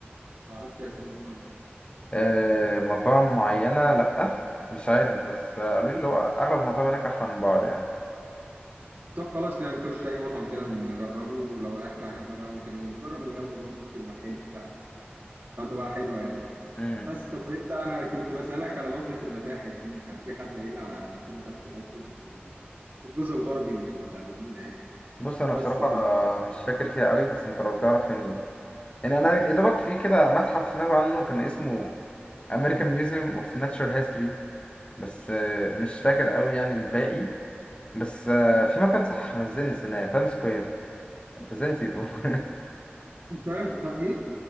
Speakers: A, on the right (about 60°); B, on the left (about 30°).
A: ما تعرفش اسامي مطاعم هناك
B: اه مطاعم معينة لأ مش عارف بس آه، قالوا لي اللي هو أغلب المطاعم هناك أحلى من بعض يعني
A: طب خلاص يعني نخش اي مطعم كده نجربه لو الاكل عجبنا بقى ممكن ايه نجرب اللي جنبه برضه ممكن يبقى حلو ف... فتبقى حلوه يعني
B: امم
A: بس طب انت انا كنت بسالك على نقطه المتاحف دي كان في حد قايل لي على ان في متاحف هناك كده في ال- في الجزء الغربي من المدينه يعني
B: بص أنا
A: بس
B: بصراحة
A: ف
B: آه، مش فاكر فيها قوي بس أنت لو تعرف يعني يعني أنا يا دوبك في كده متحف سمعت عنه كان اسمه American Museum of Natural History بس آه، مش فاكر قوي يعني الباقي بس آه، في مكان صح أنا ازاي نسيناه تايم سكوير انت ازاي نسيته <laughs>
A: انت إنت ايه